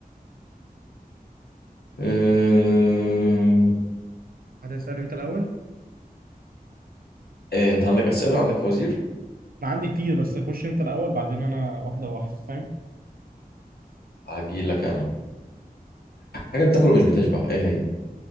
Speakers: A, on the left (about 85°); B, on the right (about 65°).
A: أه...
B: هتسأل أنت الأول؟
A: إيه انت عندك اسئله عندك فوازير
B: أنا عندي كتير بس خش أنت الأول بعدين أنا واحدة واحدة فاهم؟
A: هجيلك انا حاجه بتاكله مش بتشبع ايه هي